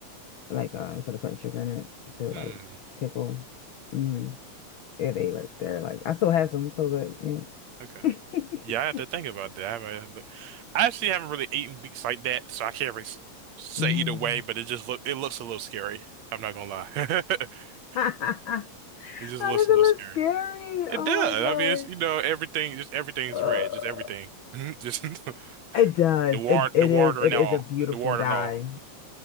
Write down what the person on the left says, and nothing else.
like uh, instead of putting sugar in it to
like pickle. hmm Yeah, they like they're like I still have some, so good.
Yeah.
<laughs>
Mm.
<laughs> How
does
it
look
scary?
Oh
my gosh.
Uh,
it does.
It
it
is it
is a beautiful
dye.